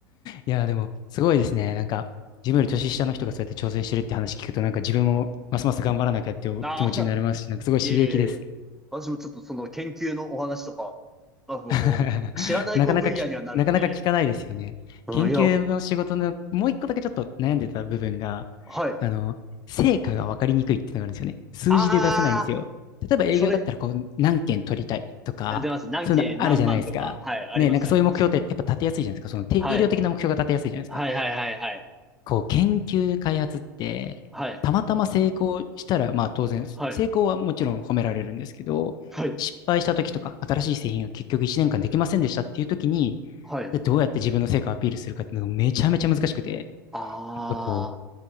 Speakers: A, on the left; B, in the centre.
A: いや、でも、すごいですね。なんか、自分より年下の人がそうやって挑戦してるって話聞くと、なんか自分もますます頑張らなきゃっていう気持ちになりますし、
B: ああ、
A: なんかすごい刺激です。
B: いえいえ私もちょっとその研究のお話とか、まあ、こう、
A: <laughs>
B: 知らないこう分野にはなるんで、
A: なかなかき、なかなか聞かないですよね。
B: うん、
A: 研究の仕事の、
B: いや、
A: もう一個だけちょっと悩んでた部分が、
B: はい。
A: あの、成果が分かりにくいっていうのがあるんですよね。数字で出せないんですよ。
B: あ
A: 例えば営業だったら、
B: あ、それ、
A: こう、何件取りたいとか、
B: 出ます。何件何万とか、
A: そういうのあるじゃないですか。
B: はい、あります、
A: ね、なんかそういう目標ってやっぱ立てやすいじゃないですか。
B: あります。
A: その定量的な目標が立てやすいじゃないですか。
B: はい。はいはいはいはい。
A: こう研究開発って、
B: はい。
A: たまたま成功したら、まあ当然、
B: はい。
A: 成功はもちろん褒められるんですけど、
B: はい。
A: 失敗した時とか、新しい製品が結局1年間できませんでしたっていう時に、
B: はい。
A: でどうやって自分の成果をアピールするかっていうのがめちゃめちゃ難しくて、
B: あ
A: なんかこう、